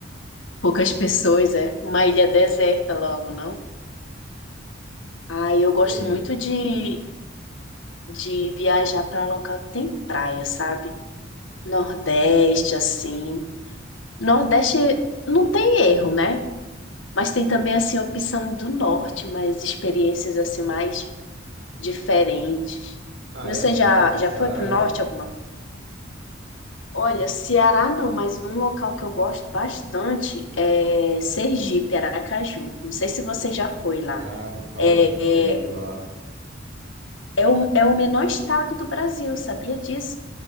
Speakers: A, on the left; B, on the right.
A: Poucas pessoas, é? Uma
B: É.
A: ilha deserta logo, não? Ah, eu gosto
B: É.
A: muito de, de viajar para local que tem praia, sabe? Nordeste, assim. Nordeste não tem erro, né? Mas tem também, assim, a opção do norte, mas experiências, assim, mais diferentes.
B: Ah,
A: E
B: é?
A: Você
B: Você
A: já,
B: já foi pra
A: já
B: Ceará
A: foi pro
B: já?
A: norte alguma Olha, Ceará não, mas um local que eu gosto bastante é Sergipe, Aracaju. Não sei se você já foi lá.
B: Ah, me falam
A: É,
B: muito bem de
A: é,
B: lá.
A: é o, é o menor estado do Brasil, sabia disso?